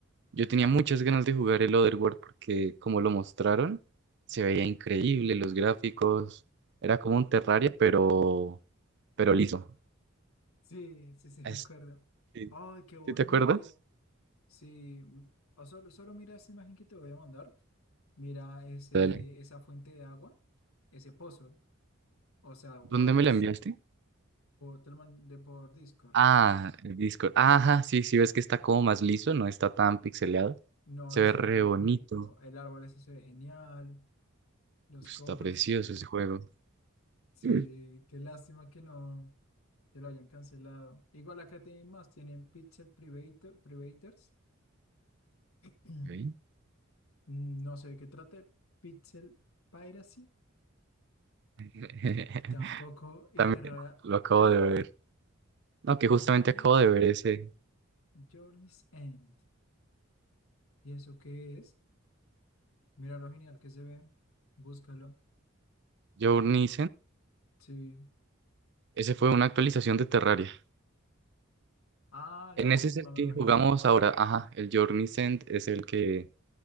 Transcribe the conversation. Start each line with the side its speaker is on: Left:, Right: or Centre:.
Right: Yo tenía muchas ganas de jugar el Otherworld porque, como lo mostraron, se veía increíble, los gráficos. Era como un Terraria, pero, pero liso.
Left: Sí, sí, sí,
Right: Es-
Left: <laughs> me acuerdo.
Right: sí.
Left: Ay, qué bonito.
Right: ¿Sí te acuerdas?
Left: Sí, m- o solo, solo mira esa imagen que te voy a mandar. Mira ese,
Right: Dale.
Left: esa fuente de agua, ese pozo. O sea, wow.
Right: ¿Dónde me la enviaste?
Left: Te lo mandé por Discord.
Right: Ah, el Discord. Ajá, sí, sí, ves que está como más liso, no está tan pixeleado.
Left: No,
Right: Se
Left: ahí
Right: ve
Left: se
Right: re
Left: ve re
Right: bonito.
Left: bonito. El árbol ese se ve genial. Los
Right: Uf,
Left: cofres.
Right: Está precioso ese juego.
Left: Sí,
Right: Mm.
Left: qué lástima que no, que lo hayan cancelado. Igual acá tienen más, tienen Pixel Private, Privators. <clears throat>
Right: Ok.
Left: No sé de qué trate. Pixel Piracy.
Right: <laughs>
Left: Tampoco. Y
Right: También
Left: Terra,
Right: lo acabo
Left: dime.
Right: de ver. No,
Left: Y
Right: que
Left: Terraria
Right: justamente acabo de ver ese
Left: Journey's End. ¿Y eso qué es? Mira lo genial que se ve. Búscalo.
Right: Journey
Left: Sí.
Right: Ese fue una actualización de Terraria.
Left: Ah,
Right: En
Left: la
Right: ese
Left: última,
Right: es el que
Left: me imagino.
Right: jugamos ahora. Ajá, el Journey Send es el que